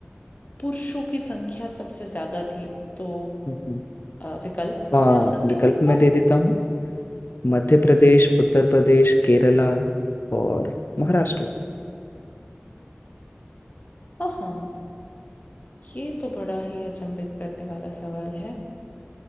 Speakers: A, on the left; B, on the left.
A: पुरुषों की संख्या सबसे ज्यादा थी तो
B: हम्म।
A: अ, विकल्प
B: आ,
A: मिल सकेंगे
B: विकल्प
A: क्या
B: मैं दे देता हूँ मध्य प्रदेश उत्तर प्रदेश केरला और महाराष्ट्र
A: हाँ हाँ ये तो बड़ा ही अचंभित करने वाला सवाल है